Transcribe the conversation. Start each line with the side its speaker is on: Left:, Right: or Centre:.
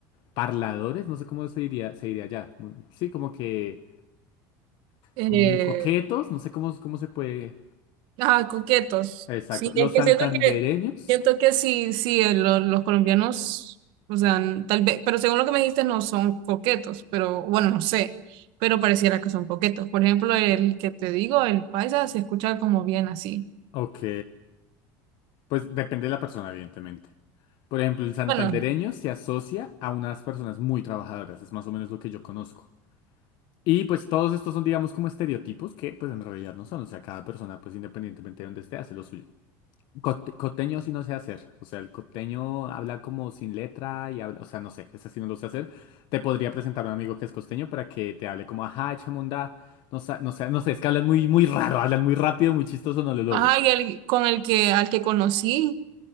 Left: parladores, no sé cómo se diría, se diría allá. Muy- sí, como que,
Right: Eh,
Left: como muy coquetos, no sé cómo, cómo se puede.
Right: Ah, coquetos.
Left: Exacto.
Right: Sí,
Left: Los
Right: es que
Left: santandereños,
Right: siento que, siento que sí, sí, eh, lo- los colombianos, o sea, n- tal vez, pero según lo que me dijiste, no son coquetos, pero bueno, no sé, pero pareciera que son coquetos. Por ejemplo, el que te digo, el paisa, se escucha como bien así.
Left: ok. Pues depende de la persona, evidentemente. Por ejemplo, el santandereño
Right: Bueno,
Left: se asocia a unas personas muy trabajadoras, es más o menos lo que yo conozco. Y pues todos estos son, digamos, como estereotipos que pues en realidad no son, o sea, cada persona pues independientemente de donde esté hace lo suyo. Cote- coteño sí no sé hacer, o sea, el coteño habla como sin letra y habla, o sea, no sé, ese sí no lo sé hacer. Te podría presentar a un amigo que es costeño para que te hable como, ajá, chemunda, no sé, no sé, no sé, es que hablan muy, muy raro, hablan muy rápido, muy chistoso, no lo logro.
Right: ajá, y el, con el que, al que conocí,